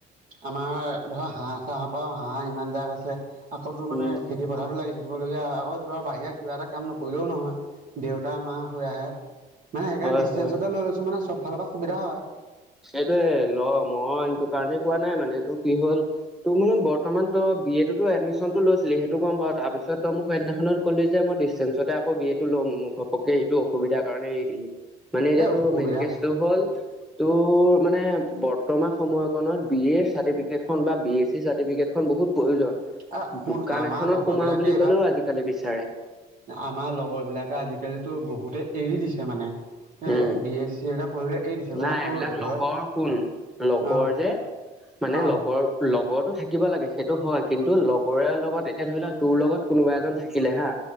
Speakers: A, on the right; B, in the centre.
A: আমাৰ ধৰ হাঁহ চাহৰ পৰাও হাঁহ ইমান জাক আছে আকৌ মানে
B: উম
A: খেতি পথাৰতো লাগি থাকিবলগীয়া হয় আকৌ ধৰ বাহিৰা কিবা এটা কাম নকৰিলেও নহয়। দেউতা মা হৈ আহে মানে সেইকাৰণে
B: হয়
A: ডিষ্টেঞ্চতে
B: হয়
A: লৈ লৈছো মানে চব ফালৰ পৰা সুবিধা হয়।
B: সেইটোয়ে ল মই এইটো কাৰণে কোৱা নাই মানে তোৰ কি হ'ল তোৰ মানে বৰ্তমান তই বি এ টোতো এডমিচনটো লৈছিলি সেইটো গম পাওঁ তাৰপিছত তই মোক সেইদিনাখনত কলি যে মই ডিচটেন্সতে আকৌ বি এটো ল'ম ঘপকে সেইটো অসুবিধাৰ কাৰণে এৰি দিলি। মানে এতিয়া
A: এ
B: তোৰ
A: অসুবিধা
B: মেইন কেচটো হ'ল তোৰ মানে বৰ্তমান সময়কনত বি এৰ চাৰ্টিফিকেট খন বা বি এছ চি চাৰ্টিফিকেট খন বহুত প্ৰয়োজন
A: এ শুন
B: দোকান
A: আমাৰ
B: এখনত
A: লগৰ
B: সোমাও
A: বিলাকে
B: বুলি
A: এইবাৰ
B: ক'লেও আজিকালি বিচাৰে।
A: আমাৰ লগৰ বিলাকে আজি-কালিতো বহুতে এৰি দিছে মানে এ
B: উম,
A: বি এ চি এ এটা পঢ়িবলে এৰি দিছে মানে
B: নাই
A: তোৰ
B: এইবিলাক
A: ধৰ
B: লগৰ শুন লগৰ
A: অ
B: যে মানে
A: অ
B: লগৰ লগৰটো থাকিব লাগে সেইটো হয় কিন্তু লগৰীয়া লগত এতিয়া ধৰি লোৱা তোৰ লগত কোনোবা এজন থাক- কিলে হা